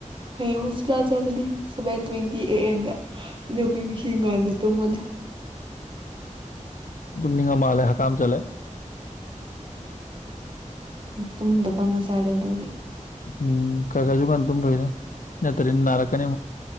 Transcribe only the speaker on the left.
ꯑꯗꯨꯝꯅꯤ ꯉ ꯃꯥꯂꯦ ꯍꯥ ꯀꯥꯝ ꯆꯂꯦ
ꯎꯝ ꯀꯥꯀꯥꯁꯨꯕꯨ ꯥꯟ ꯇ ꯐꯩꯅ ꯅꯠꯇꯟꯅꯥꯔ ꯀꯅꯤ